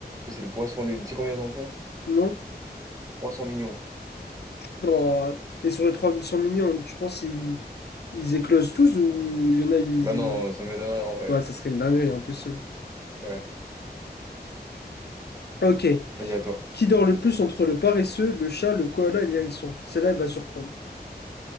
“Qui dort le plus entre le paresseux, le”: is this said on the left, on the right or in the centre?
Left